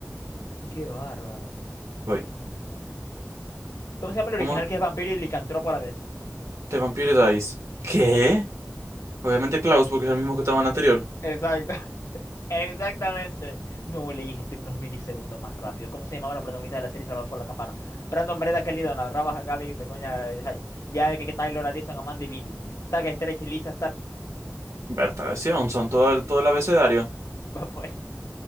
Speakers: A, on the left; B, on the right.
A: Qué bárbaro.
B: Voy.
A: ¿Cómo se llama el
B: ¿Cómo
A: original que es vampiro y licantropo a la vez?
B: te Vampire Dice? ¿Qué? Obviamente Klaus, porque es el mismo que estaba en el anterior.
A: Exacto. <laughs> Exactamente. No leíste unos milisegundos más rápido. ¿Cómo se llamaban los protagonistas de la serie Salvados por la Campana? Brandon, Breda, Kelly, Donna, Raba, Gaby, Pecoña, eh, Jai- ya que que Taylor, Alison Amanda y Billy. Saga, Stretch, Lisa, Stark.
B: Bertaleción, son todo el, todo el abecedario.
A: <laughs> Va, pues.